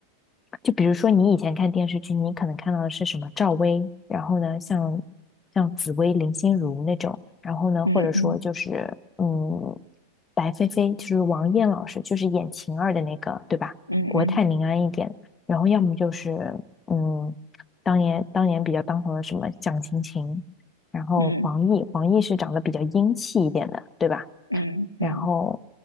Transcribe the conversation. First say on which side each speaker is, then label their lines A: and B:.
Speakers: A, on the left; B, on the left.
A: 就比如说你以前看电视剧，你可能看到的是什么赵薇，然后呢，像像紫薇、林心如那种，然后呢，
B: 嗯嗯
A: 或者说就是嗯，白飞飞，就是王艳老师，就是演晴儿的那个，对吧？
B: 嗯嗯
A: 国泰民安一点，然后要么就是嗯，当年当年比较当红的什么蒋勤勤，然后黄奕，
B: 嗯
A: 黄奕是长得比较英气一点的，对吧？
B: 嗯嗯，
A: 然后